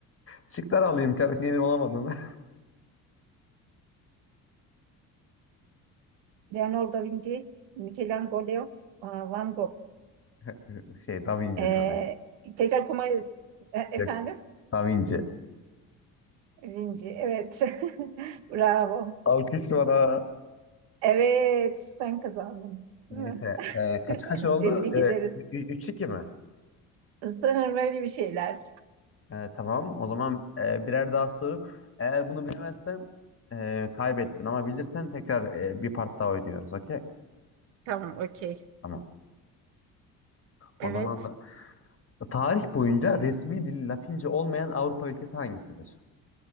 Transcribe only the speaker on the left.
Şıklar alayım. Çok emin olamadım.
<laughs> Şey Da Vinci
tabii.
Yok.
Da Vinci.
Alkış bana.
Neyse.
e, kaç
kaç oldu?
3-2 mi?
E, tamam. O zaman e, birer daha soru. Eğer bunu bilemezsen e, kaybettin ama bilirsen tekrar e, bir part daha oynuyoruz. Okey?
Tamam.
O zaman sa- tarih boyunca resmi dil Latince olmayan Avrupa ülkesi hangisidir?